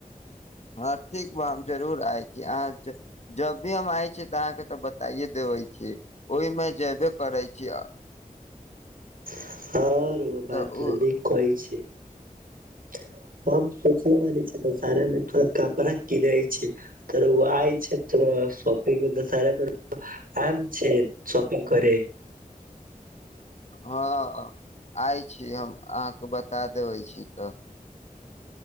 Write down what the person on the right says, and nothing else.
हँ <unintelligible> बात
<unintelligible> कह छैय। <unintelligible> सोचल मानै छै तऽ सारामे तोर कपड़ा किनै छैय तर ओइ छै त सपिंग दसारामें आम छैय सपिंग करे।